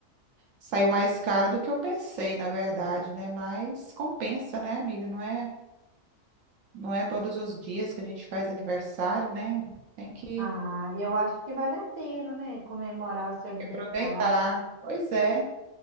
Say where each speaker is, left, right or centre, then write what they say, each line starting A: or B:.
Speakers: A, on the right (about 75°); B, on the right (about 35°).
A: Saiu mais caro do que eu pensei, na verdade, né? Mas compensa, né, amiga? Não é, não é todos os dias que a gente faz aniversário, né? Tem que,
B: Ah, eu acho que vale a pena, né, comemorar o seu
A: tem
B: aniversário.
A: que aproveitar. Pois é.